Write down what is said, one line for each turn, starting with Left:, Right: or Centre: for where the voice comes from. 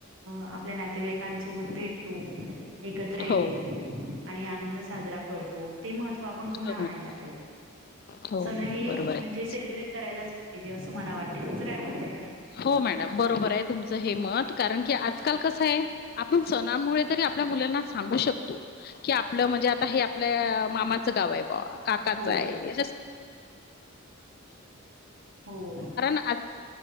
Right: आपल्या नातेवाईकांसोबत भेटतो एकत्र येतो
Left: हो
Right: आणि आनंद साजरा करतो ते महत् आपण पुन्हा
Left: हो मॅडम
Right: आणायला पाहिजे
Left: हो
Right: सण हे
Left: बरोबर आहे
Right: म्हणजे
Left: तुमचं
Right: सेलिब्रेट करायलाच तेजे असं मला वाटते तुमचं काय म्हणतय
Left: हो मॅडम बरोबर आहे तुम हे मत कारण की आजकाल कसं आहे आपण सणामुळे तरी आपल्या मुलांना सांगू शकतो की आपलं म्हणजे आता हे आपल्या मामाचं गाव आहे बा काकाचं
Right: हो
Left: आहे
Right: हो
Left: आ